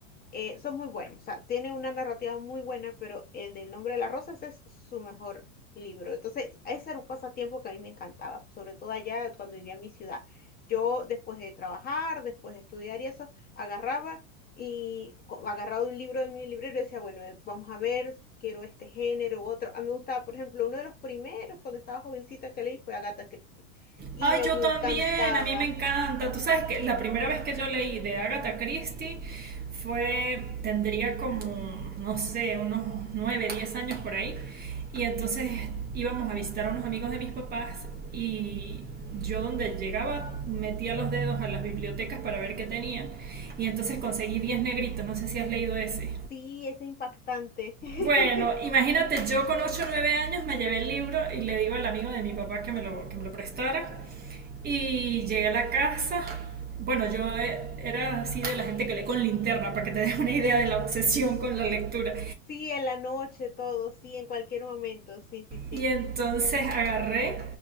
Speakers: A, on the left; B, on the right.
A: eh, son muy buenos, o sea, tiene una narrativa muy buena, pero el del nombre de la rosa, ese es su mejor libro. Entonces, ese era un pasatiempo que a mí me encantaba, sobre todo allá cuando vivía en mi ciudad. Yo, después de trabajar, después de estudiar y eso, agarraba y co- agarraba un libro de mi librero y decía, bueno, eh, vamos a ver, quiero este género u otro. A mí me gustaba, por ejemplo, uno de los primeros cuando estaba jovencita que leí fue Agatha Christie y
B: Ay,
A: me encantaba.
B: yo también, a mí me encanta. Tú sabes que la primera vez que yo leí de Agatha Christie fue, tendría como, no sé, unos 9, 10 años por ahí. Y entonces íbamos a visitar a unos amigos de mis papás y yo donde llegaba metía los dedos a las bibliotecas para ver qué tenían. Y entonces conseguí diez negritos, no sé si has leído ese.
A: Sí, es impactante. <laughs>
B: Bueno, imagínate, yo con ocho o 9 años me llevé el libro y le digo al amigo de mi papá que me lo, que me lo prestara. Y llegué a la casa. Bueno, yo eh, era así de la gente que lee con linterna, para que te <laughs> des una idea de la obsesión con la lectura.
A: Sí, en la noche, todo, sí, en cualquier momento, sí, sí, sí.
B: Y entonces agarré